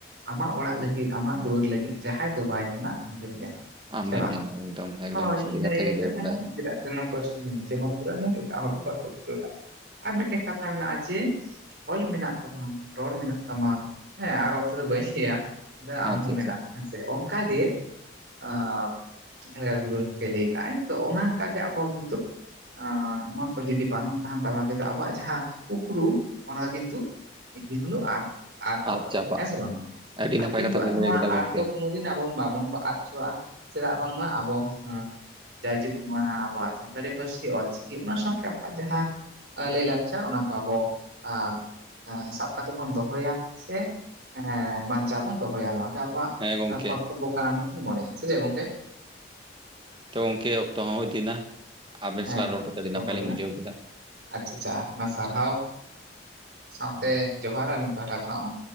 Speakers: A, on the right (about 60°); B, on the right (about 25°).
A: ᱟᱢᱟᱜ ᱚᱲᱟᱜ ᱞᱟᱹᱜᱤᱫ ᱟᱢᱟᱜ ᱫᱩᱣᱟᱹᱨ ᱞᱟᱹᱜᱤᱫ ᱡᱟᱦᱟᱸᱭ ᱫᱚ ᱵᱟᱭ ᱧᱮᱞᱟ ᱟᱢᱜᱮᱢ ᱧᱮᱞᱟ᱾
B: ᱟᱢᱜᱮᱢ
A: ᱥᱮ ᱵᱟᱝ
B: ᱧᱮᱞᱟ ᱮᱠᱫᱚᱢ ᱮᱠᱫᱚᱢ
A: ᱦᱚᱭ
B: ᱥᱟᱹᱨᱤ
A: ᱤᱧ
B: ᱠᱟᱛᱷᱟ ᱜᱮ
A: ᱛᱟᱦᱚᱞᱮ
B: ᱞᱟᱹᱭ ᱠᱮᱫᱟᱭ
A: ᱱᱤᱡᱮᱨᱟᱜ ᱡᱟᱱᱟᱢ ᱯᱟᱹᱨᱥᱤᱼᱼ ᱥᱮ ᱵᱟᱢ ᱮᱴᱟᱜ ᱦᱚᱲ ᱫᱚ ᱵᱟᱠᱚ ᱫᱟᱹᱲᱟᱹᱼᱟ ᱟᱨ ᱢᱤᱫᱴᱮᱱ ᱠᱟᱛᱷᱟ ᱢᱮᱱᱟᱜᱼᱟ ᱡᱮ <inaudible> ᱚᱞ ᱢᱮᱱᱟᱜ ᱛᱟᱢᱟ, ᱨᱚᱲ ᱢᱮᱱᱟᱜ ᱛᱟᱢᱟ ᱦᱮᱸ ᱟᱨ ᱚᱱᱛᱮ ᱫᱚ ᱵᱟᱹᱧ ᱞᱮᱭᱟ ᱫᱟ ᱟᱢ
B: ᱟᱪᱪᱷᱟ
A: ᱦᱚᱸ
B: ᱟᱪᱪᱷᱟ
A: ᱢᱮᱱᱟᱢ ᱦᱮᱸᱥᱮ ᱚᱝᱠᱟ ᱜᱮ, ᱟᱵ ᱡᱟᱦᱟ ᱞᱮᱠᱟ ᱜᱩᱨᱩ ᱜᱚᱝᱠᱮ ᱞᱮᱭ ᱠᱟᱜ ᱟᱭ ᱛᱚ ᱚᱱᱟ ᱚᱱᱟᱠᱟᱜᱮ ᱟᱵᱚ ᱠᱤᱱᱛᱩᱼᱼ ᱟᱨ ᱱᱚᱣᱟ ᱠᱚ ᱡᱩᱫᱤ ᱵᱟᱝ ᱛᱟᱦᱟᱱ ᱛᱟᱢᱟ ᱵᱚᱱᱟ ᱠᱤᱛᱩ ᱟᱵᱚᱣᱟᱜ ᱡᱟᱦᱟᱸ ᱩᱯᱨᱩᱢ ᱚᱱᱟ ᱠᱤᱱᱛᱩᱼᱼ ᱢᱤᱫ ᱫᱤᱱ ᱦᱳᱞᱳᱜ ᱟᱫ ᱟᱫᱚᱼᱟ
B: ᱟᱫ ᱪᱟᱵᱟᱜᱼᱟ
A: ᱦᱮᱸ ᱥᱮ ᱵᱟᱝ ᱜᱚᱝᱠᱮ
B: ᱟᱹᱰᱤ
A: ᱟᱨ
B: ᱱᱟᱯᱟᱭ
A: ᱠᱤᱱᱛᱩ
B: ᱠᱟᱛᱷᱟ ᱵᱮᱱ
A: ᱟᱨ ᱱᱚᱣᱟ
B: ᱞᱟᱹᱭ ᱠᱮᱫᱟ ᱜᱚᱝᱠᱮ
A: ᱟᱫ ᱫᱚ ᱠᱳᱱᱳᱼᱼ ᱫᱤᱱ ᱟᱵᱚᱱ ᱵᱟᱵᱚᱱ ᱟᱫ ᱪᱚᱣᱟᱜᱼᱟ ᱪᱮᱫᱟᱜ ᱵᱟᱝᱢᱟ ᱟᱵᱚ ᱦᱚᱸᱻ ᱡᱟᱭᱡᱩᱜᱽ ᱱᱚᱣᱟ ᱟᱵᱚᱣᱟᱜ ᱥᱟᱱᱛᱟᱲᱤ ᱯᱟᱹᱨᱥᱤ ᱚᱞᱪᱤᱠᱤ ᱚᱱᱟ ᱥᱟᱶᱛᱮ ᱟᱵᱚᱣᱟᱜ ᱡᱟᱦᱟᱸᱼᱼ ᱞᱮ ᱞᱟᱠᱪᱟ ᱚᱱᱟ ᱠᱚ ᱟᱵᱚ ᱟᱨᱼᱼ ᱦᱟᱸ ᱥᱟᱵ ᱠᱟᱛᱮ ᱵᱚᱱ ᱫᱚᱦᱚᱭᱟ ᱥᱮ ᱮ ᱵᱟᱧᱪᱟᱣ ᱵᱚᱱ ᱫᱚᱦᱚᱭᱟ ᱱᱚᱣᱟ ᱜᱮ ᱟᱵᱚᱣᱟᱜᱼᱼ
B: ᱦᱮᱸ ᱜᱚᱝᱠᱮ
A: ᱠᱚᱛ ᱛᱚᱵᱵᱚ ᱠᱟᱱᱟ ᱢᱮᱱᱛᱮᱧ ᱢᱚᱱᱮᱭᱟ ᱥᱮ ᱡᱮ ᱜᱚᱝᱠᱮ?
B: ᱛᱚ ᱜᱚᱝᱠᱮ ᱚᱠᱛᱚ ᱦᱚᱸ ᱦᱩᱭᱫᱤᱱᱟ ᱾ ᱟᱵᱮᱱ
A: ᱦᱮᱸ
B: ᱥᱟᱞᱟᱜ ᱨᱚᱲ ᱠᱟᱛᱮ
A: ᱚᱠᱛᱚ
B: ᱟᱰᱤ ᱱᱟᱯᱟᱭ
A: ᱦᱩᱭᱱᱟ
B: ᱞᱤᱧ ᱵᱩᱡᱷᱟᱹᱣ ᱠᱮᱫᱟ᱾
A: ᱟᱪᱪᱷᱟ ᱪᱷᱟ ᱟᱭᱢᱟ ᱥᱟᱨᱦᱟᱣ ᱥᱟᱶᱛᱮ ᱡᱚᱦᱟᱨ ᱟᱹᱞᱤᱧ ᱯᱟᱦᱟᱴᱟ ᱠᱷᱚᱱᱟᱜ ᱦᱚᱸ᱾